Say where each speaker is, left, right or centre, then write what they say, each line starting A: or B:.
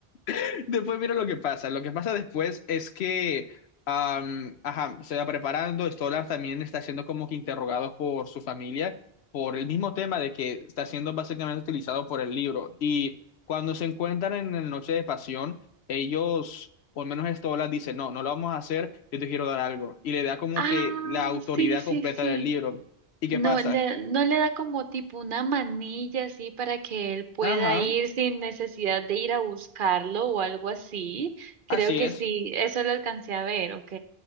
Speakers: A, on the left (about 75°); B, on the right (about 55°).
A: <laughs> después mira lo que pasa. Lo que pasa después es que, am, ajá, se va preparando, Stolar también está siendo como que interrogado por su familia por el mismo tema de que está siendo básicamente utilizado por el libro. Y cuando se encuentran en la noche de pasión, ellos... O al menos Stolar dice, no, no lo vamos a hacer, yo te quiero dar algo. Y le da como
B: Ah,
A: que la autoridad
B: sí, sí,
A: completa
B: sí.
A: del libro. ¿Y qué
B: No
A: pasa?
B: le, no le da como tipo una manilla así para que él pueda
A: Ajá,
B: ir sin necesidad de ir a buscarlo o algo así. Creo
A: así
B: que
A: es.
B: sí, eso lo alcancé a ver, ok.